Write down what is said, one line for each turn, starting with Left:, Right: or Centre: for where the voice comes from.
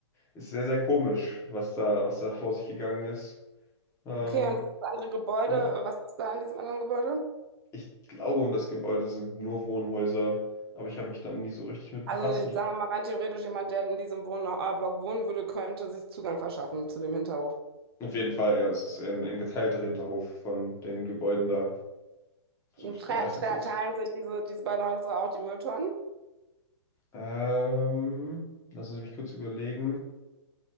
Left: ist sehr, sehr komisch, was da, was da vor sich gegangen ist. Ähm,
Right: Okay, und dieses andere Gebäude,
Left: ja.
Right: äh, was ist da in diesem anderen Gebäude?
Left: Ich glaube, um das Gebäude sind nur Wohnhäuser, aber ich habe mich dann nie so richtig mit
Right: Also
Left: befasst.
Right: jetzt
Left: Und ich,
Right: sagen wir mal rein theoretisch, jemand, der in diesem Wohnblock wohnen würde, könnte sich Zugang verschaffen zu dem Hinterhof.
Left: auf jeden Fall, ja, es ist eher ein, ein geteilter Hinterhof von den Gebäuden da, so
Right: Und
Left: wie es
Right: tre
Left: meistens
Right: tre
Left: ist.
Right: teilen sich diese, diese beiden Häuser auch die Mülltonnen?
Left: Ähm, lassen Sie mich kurz überlegen.